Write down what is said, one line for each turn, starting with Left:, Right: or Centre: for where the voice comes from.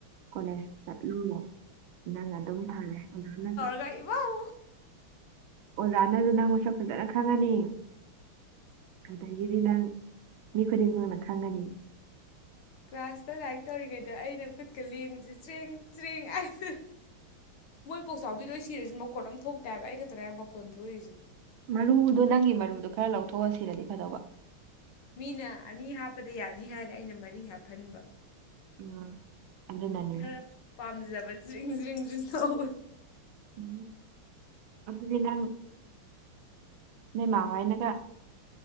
Right: ꯀꯣꯂꯦꯖ ꯆꯠꯂꯨ ꯅꯪ ꯑꯗꯨꯝ ꯐꯝꯃꯦ ꯑꯣꯖꯥꯅꯖꯨ
Left: ꯀꯩ ꯏꯕꯥꯎ
Right: ꯑꯣꯖꯥꯅꯖꯨ ꯅꯪ ꯃꯁꯛ ꯐꯖꯅ ꯈꯪꯉꯅꯤ ꯑꯗꯒꯤꯗꯤ ꯅꯪ ꯃꯤ ꯈꯨꯗꯤꯡꯃꯛꯅ ꯈꯪꯒꯅꯤ
Left: ꯀ꯭ꯂꯥꯁꯇ ꯂꯥꯏꯔꯤꯛ ꯇꯧꯔꯤꯉꯩꯗ ꯑꯩꯅ ꯈꯨꯠꯀ ꯂꯦꯡꯕꯖꯤ ꯆ꯭ꯔꯦꯡ ꯆ꯭ꯔꯦꯡ ꯍꯥꯏꯕ ꯃꯣꯏ ꯄꯣꯛꯆꯥꯎꯕꯤ ꯂꯣꯏ ꯁꯤꯔꯖꯨ ꯃꯈꯣꯟ ꯑꯝ ꯊꯣꯛꯇꯦ ꯍꯥꯏꯕ ꯑꯩ ꯈꯛꯇꯅꯦ ꯍꯥꯏꯕ ꯃꯈꯣꯟ ꯊꯣꯛꯏꯁꯦ
Right: ꯃꯔꯨꯗꯣ ꯅꯪꯒꯤ ꯃꯔꯨꯗꯣ ꯈꯔ ꯂꯧꯊꯣꯛꯑ ꯁꯤꯔꯗꯤ ꯐꯗꯧꯕ
Left: ꯃꯤꯅ ꯑꯅꯤ ꯍꯥꯞꯄꯗ ꯌꯥꯅꯤ ꯍꯥꯏꯔꯦ ꯑꯩꯅ ꯃꯔꯤ ꯍꯥꯞꯐꯟꯕ
Right: ꯎꯝ ꯑꯗꯨꯅꯅꯤꯅꯦ
Left: ꯈꯔ ꯄꯥꯝꯖꯕ ꯖ꯭ꯔꯤꯡ ꯖ꯭ꯔꯤꯡ ꯖ꯭ꯔꯤꯡ ꯇꯧꯕ
Right: ꯎꯝ ꯑꯗꯨ ꯑꯗꯨꯗꯤ ꯅꯪ ꯅꯣꯏꯃꯥꯍꯥꯏꯅꯀ